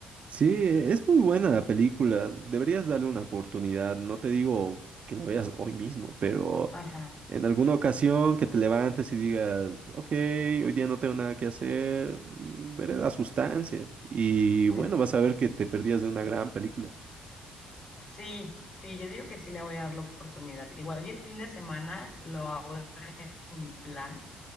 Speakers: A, on the right; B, on the left.
A: Sí, eh, es muy buena la película. Deberías darle una oportunidad. No te digo que la veas hoy mismo, pero...
B: Ajá.
A: En alguna ocasión que te levantes y digas, ok, hoy día no tengo nada que hacer, mm, veré la sustancia. Y
B: Ah,
A: bueno, vas a ver que te perdías de una gran película.
B: Sí, sí, yo digo que sí le voy a dar la oportunidad. Igual y el fin de semana lo hago en mi plan